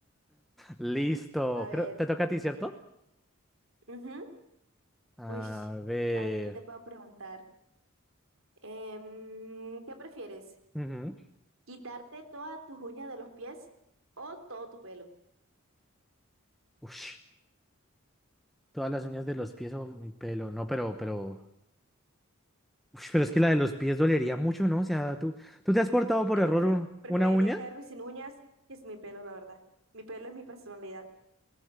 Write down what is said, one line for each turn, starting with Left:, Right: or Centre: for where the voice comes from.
Centre: Listo.
Right: A ver.
Centre: Creo, te toca a ti, ¿cierto?
Right: ujú.
Centre: A
Right: Uy,
Centre: ver.
Right: a ver qué te puedo preguntar. Em, ¿qué prefieres?
Centre: Ujú.
Right: ¿Quitarte todas tus uñas de los pies o todo tu pelo?
Centre: Ush, todas las uñas de los pies o mi pelo. No, pero, pero. Ush, pero es que la de los pies dolería mucho, ¿no? O sea, ¿tú, tú te has cortado por
Right: Yo
Centre: error
Right: prefe-
Centre: un-
Right: preferiría
Centre: una uña?
Right: quedarme sin uñas que sin mi pelo, la verdad. Mi pelo es mi personalidad.